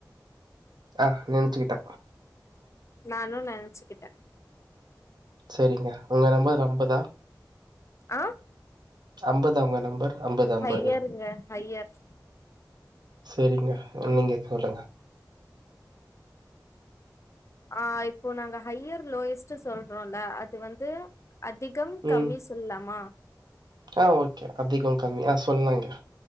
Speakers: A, on the right; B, on the left.
A: ஆ நெனச்சுக்கிட்ட
B: நானு நெனச்சுக்கிட்ட
A: செரிங்க ஒங்க நம்பர் அம்பதா
B: ஆ
A: அம்பதா ஒங்க நம்பர் அம்பது அம்பது
B: ஹையருங்க ஹையர்
A: செரிங்க அப்ற நீங்க கேளுங்க
B: ஆ இப்போ நாங்க ஹையர் லோயஸ்ட்டு சொல்றோல அது வந்து அதிகம்
A: ம்
B: கம்மி சொல்லலாமா
A: ஆ ஓகே அதிகம் கம்மி ஆ சொல்லுங்க